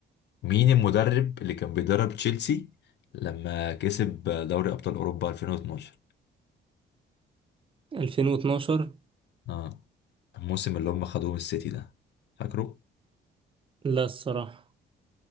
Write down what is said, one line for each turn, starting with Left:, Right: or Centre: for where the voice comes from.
Left: مين المدرب اللي كان بيدرب تشيلسي لما كسب دوري أبطال أوروبا 2012
Right: 2012
Left: اه الموسم اللي هم خدوه من السيتي ده فاكره
Right: لا الصراحة